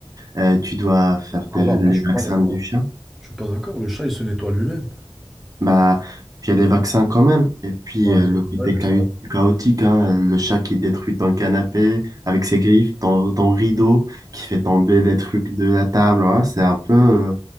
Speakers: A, on the right; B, in the centre.
A: Euh, tu dois faire tes-
B: Alors,
A: les
B: moi, je suis
A: vaccins
B: pas d'accord.
A: du chat.
B: Je suis pas d'accord, le chat, il se nettoie lui-même.
A: Bah, puis il y a les vaccins quand même. Et puis
B: Bah,
A: euh, le côté
B: ouais, mais
A: chao-
B: ça.
A: chaotique, hein, le chat qui détruit ton canapé avec ses griffes, ton, ton rideau, qui fait tomber les trucs de la table. hein, c'est un peu, euh,